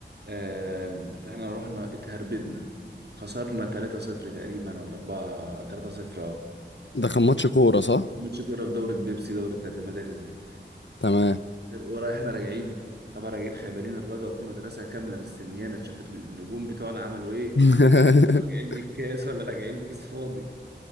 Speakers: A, on the right; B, on the left.
A: آم، فاحنا رحنا اتهربدنا خسرنا 3-0 تقريبا ولا 4 3-0 اه
B: ده كان ماتش كورة صح؟
A: ماتش كوره في دوره بيبسي دوره بتاعت المدارس دي
B: تمام
A: ورايحنا راجعين طبعا راجعين خيبانين الرجا وفي مدرسة كاملة مستنيانا تشوف النجوم بتوعنا عملوا ايه
B: <laughs>
A: راجعين بالكاس ولا راجعين بكيس فاضي